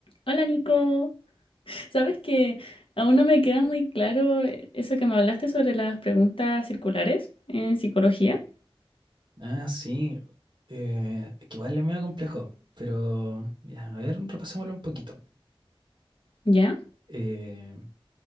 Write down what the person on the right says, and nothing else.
Ah, sí. Eh, que igual es medio complejo, pero mira, a ver, repasémoslo un poquito.
Eh,